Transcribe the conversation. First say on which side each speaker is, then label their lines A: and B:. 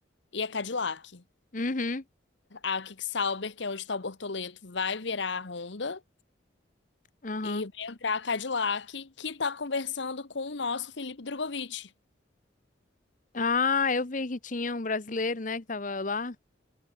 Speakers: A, on the left (about 70°); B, on the left (about 40°).
A: e a Cadillac.
B: Uhum.
A: A Kick-Sauber, que é onde está o Bortoleto, vai virar a Honda
B: Aham.
A: e vai entrar a Cadillac, que tá conversando com o nosso Felipe Drogovic.
B: Ah, eu vi que tinha um brasileiro, né, que tava lá.